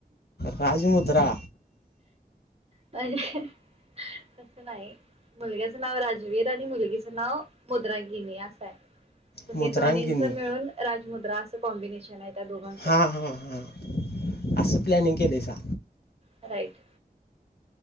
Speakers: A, on the left; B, on the right.
A: राजमुद्रा.
B: <unintelligible> तसं नाही मुलग्याचं नाव राजवीर आणि मुलगीचं नाव मुद्रगिनी असं आहे.
A: मुद्रांगिनी
B: हे दोन्च मिळून राजमुद्रा असं कॉम्बिनेशन आहे. त्या दोघांचं
A: हा हा हा असं प्लॅनिंग केलयसा.
B: राईट.